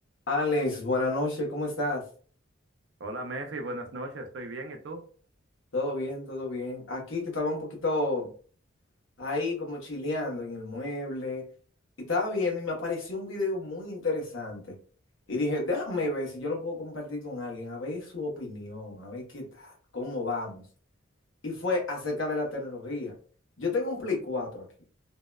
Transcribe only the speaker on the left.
Alex, buenas noches, ¿cómo estás?
Todo bien, todo bien. Aquí que estaba un poquito ahí como chileando en el mueble y estaba viendo y me apareció un video muy interesante. Y dije, déjame ver si yo lo puedo compartir con alguien, a ver su opinión, a ver qué tal, cómo vamos. Y fue acerca de la tecnología. Yo tengo un Play cuatro aquí